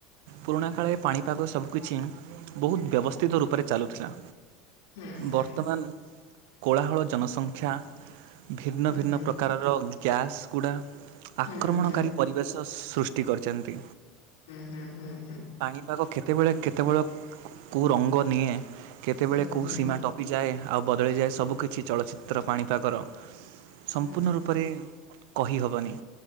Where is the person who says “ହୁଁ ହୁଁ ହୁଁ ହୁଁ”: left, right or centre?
Left